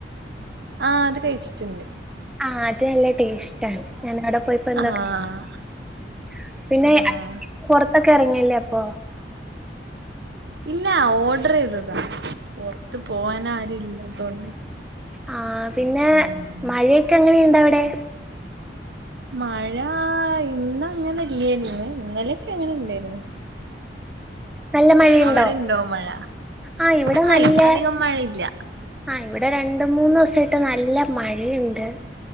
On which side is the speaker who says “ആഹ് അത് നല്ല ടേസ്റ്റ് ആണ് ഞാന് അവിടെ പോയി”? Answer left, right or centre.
Centre